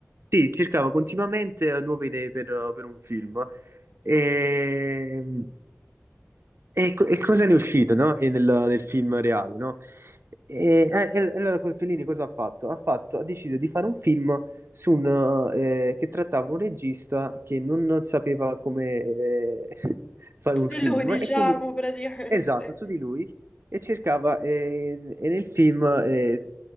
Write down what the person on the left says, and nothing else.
Su
di
lui, diciamo,
praticamente.